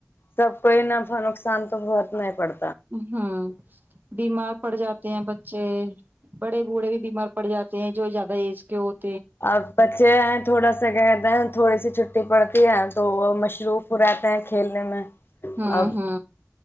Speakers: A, on the left; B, on the right.
A: سب کوئی نفا نقصان تو بہت نہیں پڑتا
B: ہاں بیمار پڑ جاتے ہیں ب جی <unintelligible> بڑے بوڑھے بھی بیمار پڑ جاتے ہیں جویاہ بیچ کے <unintelligible>
A: اپ بچے ہیں تھوڑا سا گ تھڑی سی چھٹی پڑتی تو مشروف ہو رہاتے ہیں کھیل م میں <unintelligible>
B: ہ
A: اب
B: ہ